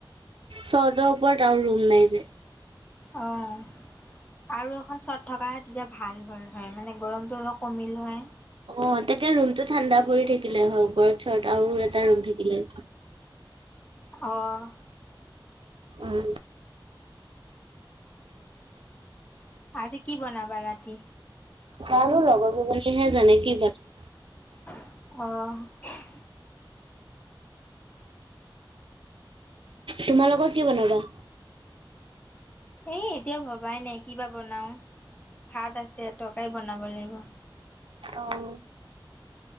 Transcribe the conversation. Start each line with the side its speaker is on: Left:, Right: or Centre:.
Right: চৰ্টৰ ওপৰত আৰু ৰুম নাই যে।
Left: অ'। আৰু এখন চট থকাহে তেতিয়া ভাল হ'ল হয় মানে গৰমটো অলপ কমিল হয়।
Right: অ' তেতিয়া ৰুমটো ঠাণ্ডা পৰি থাকিলে হয়, ওপৰত চট আৰু এটা ৰুম থাকিলে।
Left: অ'।
Right: উম।
Left: আজি কি বনাবা ৰাতি?
Right: জানো লগৰ কেইজনীয়েহে জানে কি বনাই।
Left: অ'।
Right: তোমালোকৰ কি বনাবা?
Left: এই এতিয়া ভবাই নাই কি বা বনাও, ভাত আছে তৰকাৰি বনাব লাগিব।
Right: অ'।